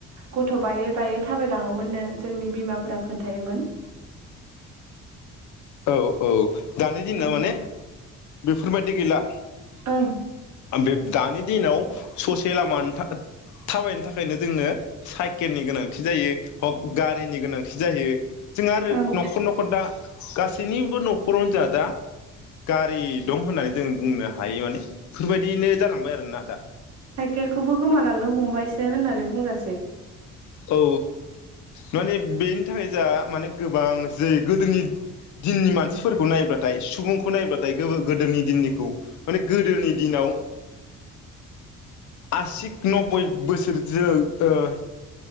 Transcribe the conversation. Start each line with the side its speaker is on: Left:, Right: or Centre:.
Right: गथ' बायै बायै थाबाय लाङोमोननो जोंनि बिमाफोरा खोन्थायोमोन।
Left: औ औ। दानि दिनाव
Right: औ
Left: माने बेफोरबायदि गैला
Right: औ
Left: बे दानि दिनाव ससे लामानि था-थाबायनो थाखायनो जोंनो साइकेलनि गोनांथि जायो। हक गारिनि गोनांथि जायो। जोंहा आरो
Right: औ
Left: न'खर न'खर दा गासैनिबो न'खरावनो जोंहा दा गारि दं होननानै जों बुंनो हायो माने। बेफोरबायदिनो जालांबाय आरोना दा
Right: केलखौबो गोमालांनो हमबायसो होननानै बुंजासै।
Left: औ माने बेनि थाखाय जा माने गोबां जे गोदोनि दिननि मानसिफोरखौ नायब्लाथाय सुबुंखौ नायब्लाथाय गोदोनि दिननिखौ माने गोदोनि दिनाव आसि नबै बोसोरजों ओ